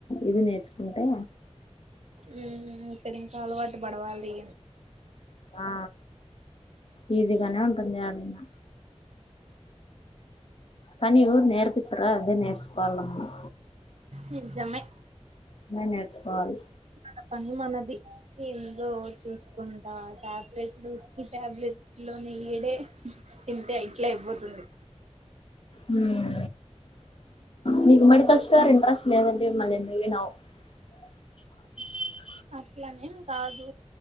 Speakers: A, on the left; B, on the right.
A: ఇది నేర్చుకుంటే
B: మ్మ్హ్ ఇక్కడ ఇంకా అలవాటు పడవాలి
A: ఆ ఆ ఈజీగానే ఉంటుంది యడున్నా పనీ ఓరు నేర్పిించలే అదే నేర్చుకోవాల మనం
B: నిజమే
A: నే నేర్చుకోవాలి
B: మన పని మనది ఏందో చూసుకుంటా ట్యాప్ బెట్లు ఈ టాబ్లెట్ లోనే ఈడే ఇంతే ఇట్లే అయిపోతుంది
A: మ్మ్ నీకు మెడికల్ స్టోర్ ఇంట్రెస్ట్ లేదంటివి మళ్ళీ ఎందు వినవు <unintelligible> <inaudible>
B: అట్లనేం కాదు